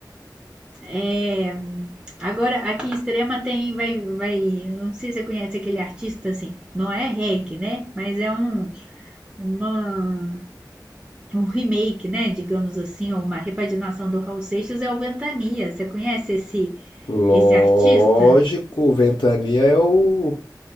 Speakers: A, on the right (about 15°); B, on the left (about 80°).
A: É... Agora, aqui em Extrema tem, vai, vai, não sei se você conhece aquele artista assim, não é reggae, né? Mas é um, uma, um remake, né, digamos assim, ou uma repaginação do Raul Seixas é o Ventania. Você conhece esse
B: Lógico,
A: esse artista?
B: Ventania é o